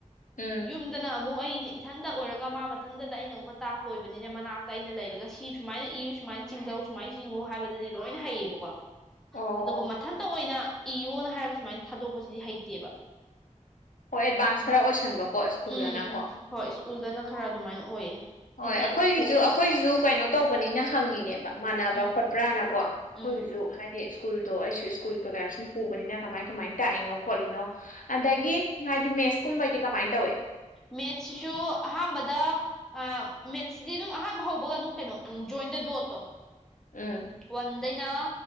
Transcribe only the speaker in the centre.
ꯌꯨꯝ ꯗꯅ ꯑꯃꯨꯛ ꯑꯩꯅ ꯏꯊꯟꯗ ꯑꯣꯏꯔꯒ ꯃꯥ ꯃꯊꯟꯇꯗ ꯑꯩꯅ ꯑꯃꯨꯛꯀ ꯇꯥꯛꯄ ꯑꯣꯏꯕꯅꯤꯅ ꯃꯅꯥꯛꯇ ꯑꯩꯅ ꯂꯩꯔꯒ ꯁꯤ ꯁꯨꯃꯥꯏꯅ ꯏꯌꯨ ꯁꯨꯃꯥꯏꯅ ꯆꯤꯡꯗꯧ ꯁꯨꯃꯥꯏꯅ ꯆꯤꯡꯉꯨ ꯍꯥꯏꯕꯗꯨꯗꯤ ꯂꯣꯏꯅ ꯍꯩꯌꯦꯕꯀꯣ
ꯑꯗꯨꯒ
ꯃꯊꯟꯇ ꯑꯣꯏꯅ ꯏꯌꯣꯅ ꯍꯥꯏꯔꯒ ꯁꯨꯃꯥꯏꯅ ꯊꯥꯗꯣꯛꯄꯁꯤꯗꯤ ꯍꯩꯇꯦꯕ
ꯎꯝ ꯍꯣꯏ ꯁ꯭ꯀꯨꯜꯗꯅ ꯈꯔ ꯑꯗꯨꯃꯥꯏꯅ ꯑꯣꯏꯌꯦ
ꯍꯥꯏꯗꯤ
ꯎꯝ
ꯎꯝ
ꯃꯦꯠꯁꯤꯁꯨ ꯑꯍꯥꯟꯕꯗ ꯑ ꯃꯦꯠꯁꯁꯤꯗꯤ ꯑꯗꯨꯝ ꯑꯍꯥꯟꯕ ꯍꯧꯕꯒ ꯑꯗꯨꯝ ꯀꯩꯅꯣ ꯖꯣꯏꯟꯗ ꯗꯣꯠꯇꯣ
ꯋꯥꯟꯗꯩꯅ